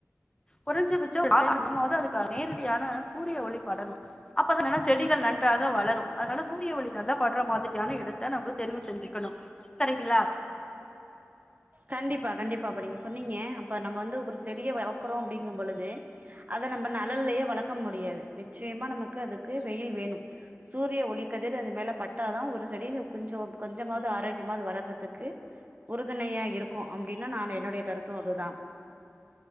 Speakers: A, on the left; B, on the right.
A: கொறஞ்சபட்சம் <inaudible> போது அதுக்கு நேரடியான சூரிய ஒளி படனு அப்பன்னா செடிகள் நன்றாக வளரு அதனால சூரிய ஒளி நல்லா பட்ற மாதிரியான இடத்த நம்ம தெரிவு செஞ் இருக்கணு சரிங்களா
B: கண்டிப்பா கண்டிப்பா இப்ப நீங்க சொன்னீங்க அப்ப நம்ம வந்து ஒரு செடிய வளக்குறோ அப்டிங்கும் பொழுது அத நம்ம நழல்லயே வளக்க முடியாது நிச்சயமா நமக்கு அதுக்கு வெயில் வேணும் சூரிய ஒழிக்கதிர் அது மேல பட்டாதா ஒரு செடி கொஞ்சோ கொஞ்சமாவது ஆரோக்கியமாது வளறதுக்கு உறுதுணையா இரு ருக்கு அப்படின்னா நான் என்னுடைய கருத்து அதுதா